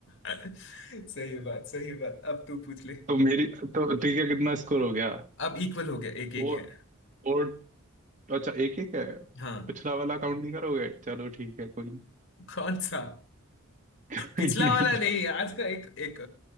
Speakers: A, on the left; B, on the right.
A: सही बात सही बात अब तू पूछ ले
B: तो मेरी तो ठीक है कितना स्कोर हो गया
A: अब इक्वल हो गया एक एक
B: फोर
A: है
B: फोर अच्छा एक एक है
A: हाँ
B: पिछला वाला काउंट नहीं करोगे चलो ठीक है कोई
A: कौन सा
B: नहीं
A: पिछला
B: <laughs>
A: वाला
B: नहीं
A: नहीं आज का एक एक